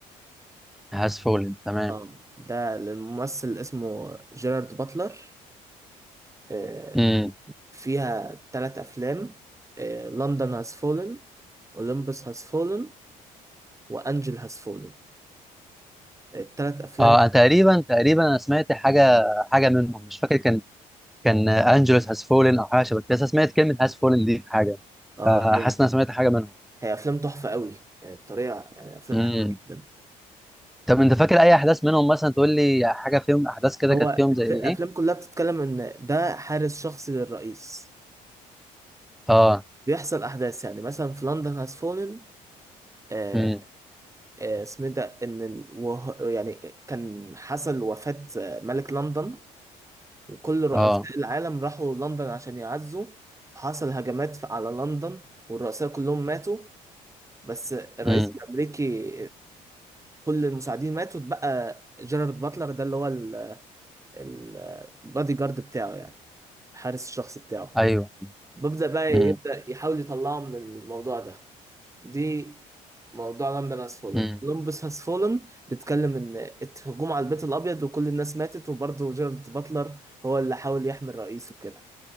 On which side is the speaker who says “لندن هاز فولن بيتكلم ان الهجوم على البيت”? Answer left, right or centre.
Right